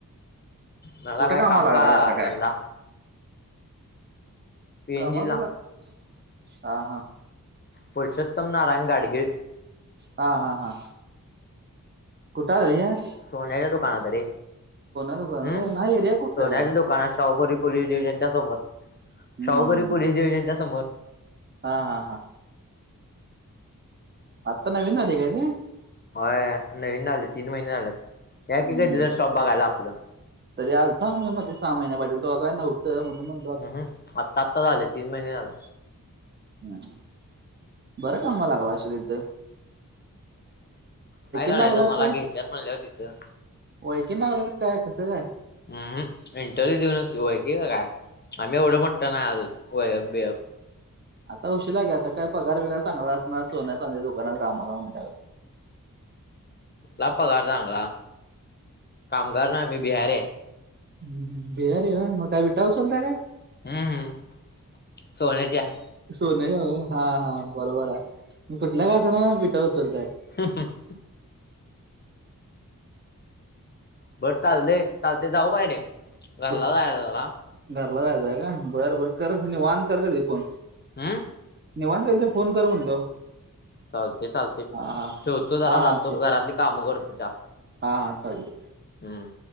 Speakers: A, on the left (about 30°); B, on the right (about 35°).
A: मला काय...
B: कामाला
A: काम
B: लागला
A: का
B: आता काय
A: धंदा पीएनजी
B: कामावर कुठलं...
A: ला
B: हा... हा
A: पुरषोत्तम नारायण गाडगिळ.
B: हा हा हा. कुठं हायेस?
A: सोन्याच्या दुकानात रे...
B: दुकान
A: हु...
B: व्हय. नाही एरिया कुठं
A: सोन्याच्या
B: काय
A: दुकानात शाहुपुरी पोलीस डिव्हिजनच्या समोर...
B: हम्म
A: शाहुपुरी पोलीस डिव्हिजनच्या समोर
B: हा हा हा आता नवीन आली काय ते?
A: होय नवीन आलय तीन महिने झालेत
B: हम्म
A: या की कधी तर शॉप बघायला आपलं
B: तरी आलताम्ही मध्ये सामान्या पाहिे तो काय नव्हतं म्हणून म्हण
A: हम् हम आत्ता आता झाले तीन महिने झाले.
B: हम् बरं कामाला लागलास तू तिथ
A: काय करायचं
B: लागला
A: मला
B: काय
A: घ्यायच्यात म्हणल्यावर तिथं.
B: ओळखीन लागलायस काय काय कस काय
A: हम् इंटरव्ह्यू देऊनच ओळखीचं काय आम्ही एवढं मोठ नाय अजून ओळख बीळक.
B: आता उशशीरा घे आता काय पगार पिगार चांगला असणार सोन्या चांद्या दुकानात कामाला म्हटल्यावर.
A: ला पगार चांगला कामगार ना मी बिहारी आहे.
B: हम् हम बिहारी हाय मग काय विटा उचालता काय.
A: हम्म हम्म सोन्याच्या
B: सोन हा हा बरोबर आहे म कुठल्या का असेना विठा उचलताय.
A: हम्म हम्म. भर चालले चालते जाऊ काय रे घरला
B: कुठ
A: जायच जरा
B: घरला जायचंय का बरबर करत निवांत कर कर त फोन.
A: हम्म.
B: निवांत कधीतर तर फोन कर म्हणलो.
A: चालते चालते
B: हा हा
A: ठेवतो जरा
B: हा हा
A: जातो
B: ते
A: घरातली कामं करतो चार.
B: हा हा चालतय.
A: हम्म.